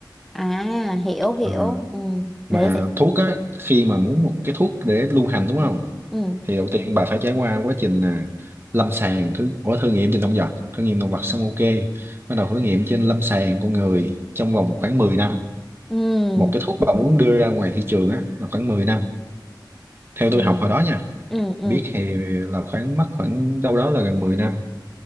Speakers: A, in the centre; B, on the right.
A: À hiểu hiểu.
B: Ờ,
A: Ừ.
B: mà
A: Đấy vậy.
B: thuốc á khi mà muốn một cái thuốc để lưu hành đúng không
A: Ừ.
B: thì đầu tiên bà phải trải qua quá trình là lâm sàng thử, ủa, thử nghiệm trên động vật thử nghiệm động vật xong ok bắt đầu thử nghiệm trên lâm sàng con người trong vòng khoảng mười năm
A: ừ
B: một cái thuốc mà muốn đưa ra ngoài thị trường á là khoảng mười năm theo
A: ừ
B: tôi học hồi đó nha
A: ừ ừ
B: biết thì là khoảng mất khoảng đâu đó là gần mười năm